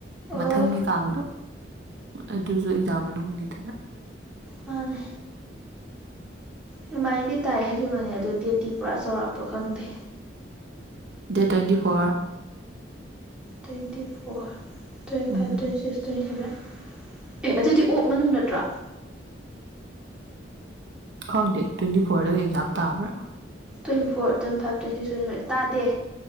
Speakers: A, in the centre; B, on the right.
A: ꯑꯣ
B: ꯃꯊꯪꯒꯤ ꯀꯥꯡꯗꯣ ꯑꯗꯨꯁꯨ ꯑꯦꯛꯖꯥꯝ ꯃꯅꯨꯡꯅꯤꯗꯅ
A: ꯃꯥꯅꯦ ꯑꯗꯨꯃꯥꯏꯅꯗꯤ ꯇꯥꯏ ꯍꯥꯏꯈꯤꯕꯅꯦ ꯑꯗꯨꯣ ꯗꯦꯠꯇꯤ ꯄꯨꯔꯥ ꯆꯥꯎꯔꯥꯛꯄ ꯈꯪꯗꯦ
B: date twenty four
A: twenty four twenty
B: um
A: five twenty six twenty seven ꯑꯦ ꯑꯗꯨꯗꯤ ꯑꯣꯛ ꯃꯅꯨꯡ ꯅꯠꯇ꯭ꯔꯣ
B: ꯈꯪꯗꯦ ꯇ꯭ꯋꯦꯟꯇꯤ ꯐꯣꯔꯗꯒꯤ ꯑꯦꯛꯖꯥꯝ ꯇꯥꯕ꯭ꯔꯥ
A: twenty four twenty five twenty ꯇ꯭ꯋꯦꯟꯃꯤꯠ ꯇꯥꯦ